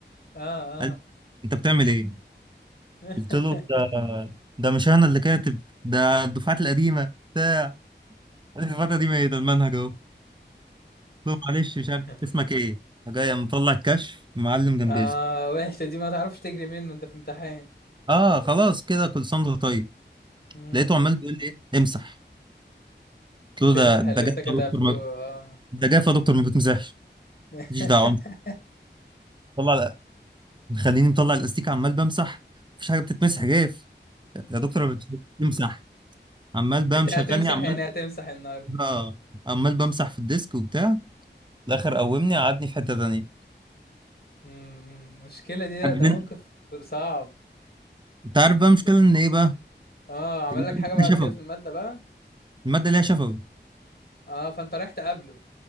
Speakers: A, on the left; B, on the right.
A: اه
B: قال لي، انت بتعمل ايه
A: اه
B: قلت له ده ده مش انا اللي كاتب ده الدفعات القديمه قال لي الدفعات القديمه ايه ده المنهج اهو له معلش مش عارف
A: <laughs>
B: اسمك ايه جاي مطلع الكشف معلم جنبي
A: اه
B: اسمي
A: وحشة دي ما تعرفش تجري منه انت في امتحان
B: اه خلاص كده كل سنه وأنت طيب
A: م- م.
B: لقيته عمال بيقول لي ايه امسح قلت له
A: تمسح
B: ده
A: اللي
B: ده جاف
A: انت كتبته
B: يا دكتور ما
A: اه
B: ده جاف يا دكتور ما بتمسحش
A: <laughs>
B: ماليش دعوه طلع مخليني مطلع الاستيك عمال بمسح مفيش حاجه بتتمسح جاف يا دكتور ما بتمسح عمال بقى
A: انت
B: مشغلني
A: هتمسح
B: عمال
A: يعني هتمسح النهارده
B: آه، عمال بمسح في الديسك وبتاع في الاخر قومني قعدني في حته تانيه
A: م- م. المشكلة دي
B: عجبني
A: ده موقف صعب
B: انت
A: يعني
B: عارف بقى المشكله ان ايه بقى
A: اه عمل
B: الماده
A: لك حاجة بعد
B: ليها شفوي
A: كده في المادة بقى
B: الماده ليها شفوي
A: اه فانت رايح تقابله